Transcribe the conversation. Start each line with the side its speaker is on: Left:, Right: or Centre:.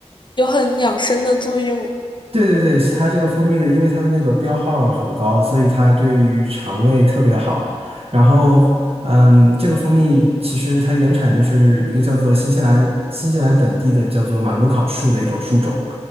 Left: 有很养生的作用。
Right: 对对对，它这个蜂蜜的，因为它的那个标号很高，所以它对于肠胃特别好。然后，嗯，这个蜂蜜其实它原产就是一个叫做新西兰新西兰本地的叫做马努考树的一种树种，